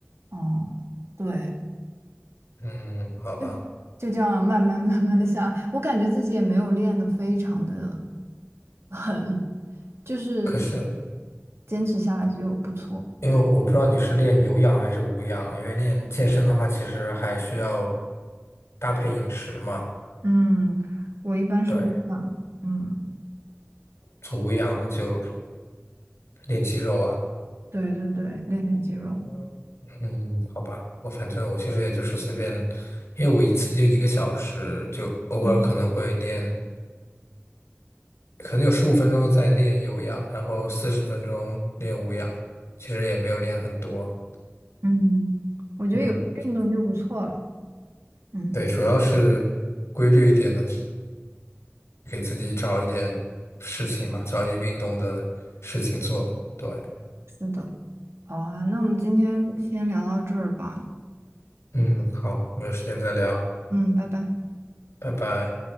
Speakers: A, on the right; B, on the left.
A: 嗯，对，
B: 嗯，好吧。
A: 就就这样慢慢慢慢的下来。我感觉自己也没有练得非常的狠，就是
B: 可是
A: 坚持下来就不错。
B: 因为我不知道你是练有氧还是无氧，因为练健身的话，其实还需要搭配饮食嘛。
A: 嗯，我一般是无氧，
B: 对，
A: 嗯，
B: 做无氧那就练肌肉啊。
A: 对对对，练练肌肉，
B: 嗯嗯，好吧。我反正我其实也就是随便，因为我一次就一个小时，就偶尔可能会练，
A: 嗯
B: 可能有十五分钟在练有氧，然后四十分钟练无氧，其实也没有练很多。
A: 嗯，我觉得有运动就不错了，
B: 嗯。
A: 嗯，
B: 对，主要是规律一点的，给自己找一点事情吧，找一点运动的事情做。对，
A: 是的，好啊，那我们今天先聊到这儿吧，
B: 嗯，好，我们有时间再聊，
A: 嗯，拜拜。
B: 拜拜。